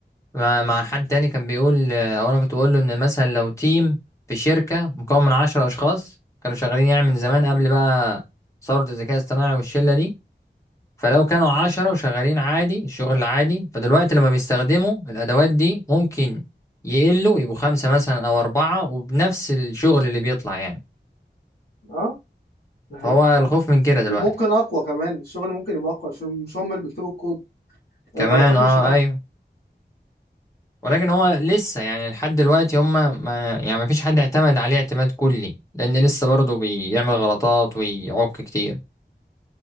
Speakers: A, on the left; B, on the left.
A: مع مع حد تاني كان بيقول او انا كنت بقول له ان مثلا لو تيم في شركه مكون من عشرة اشخاص كانوا شغالين يعني من زمان قبل بقى ثوره الذكاء الاصطناعي والشله دي فلو كانوا عشرة وشغالين عادي الشغل العادي فدلوقتي لما بيستخدموا الادوات دي ممكن يقلوا يبقوا خمسه مثلا او اربعه وبنفس الشغل اللي بيطلع يعني
B: اه ده حقيقي
A: فهو الخوف من كده
B: وممكن
A: دلوقتي
B: اقوى كمان الشغل ممكن يبقى اقوى عشان مش هم اللي بيكتبوا الكود الغلطات
A: كمان اه
B: مش هتحصل
A: ايوه ولكن هو لسه يعني لحد دلوقتي هم ما يعني ما فيش حد اعتمد عليه اعتماد كلي لان لسه برضه بيعمل غلطات ويعك كتير